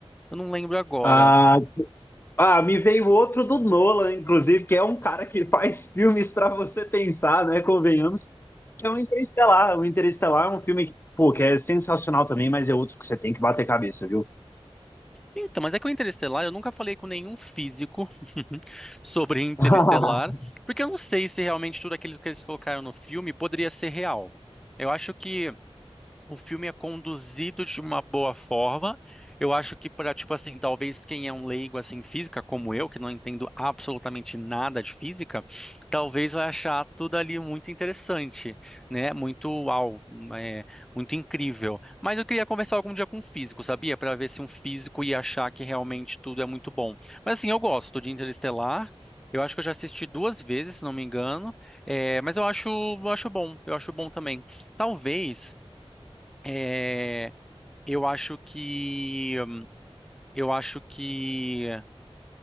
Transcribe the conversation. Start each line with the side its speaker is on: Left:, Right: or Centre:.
Centre: Eu não lembro agora.
Left: Ah, ah, me veio outro do Nolan, inclusive, que é um cara que faz filmes pra você pensar, né? Convenhamos. É o Interestelar. O Interestelar é um filme que, pô, que é sensacional também, mas é outro que você tem que bater cabeça, viu?
Centre: Então, mas é que o Interestelar, eu nunca falei com nenhum físico <laughs> sobre Interestelar,
Left: <laughs>
Centre: porque eu não sei se realmente tudo aquilo que eles colocaram no filme poderia ser real. Eu acho que o filme é conduzido de uma boa forma. Eu acho que para, tipo assim, talvez quem é um leigo assim em física como eu, que não entendo absolutamente nada de física, talvez vai achar tudo ali muito interessante, né? Muito uau, é, muito incrível. Mas eu queria conversar algum dia com um físico, sabia? Para ver se um físico ia achar que realmente tudo é muito bom. Mas assim, eu gosto de Interestelar. Eu acho que eu já assisti duas vezes, se não me engano. É, mas eu acho, eu acho bom. Eu acho bom também. Talvez é, eu acho que. Eu acho que.